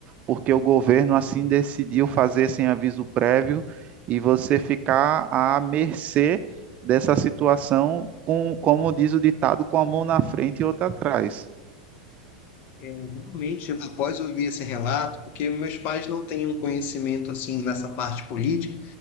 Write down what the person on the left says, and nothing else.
É, realmente, após eu ouvir esse relato, porque meus pais não têm um conhecimento assim nessa parte política,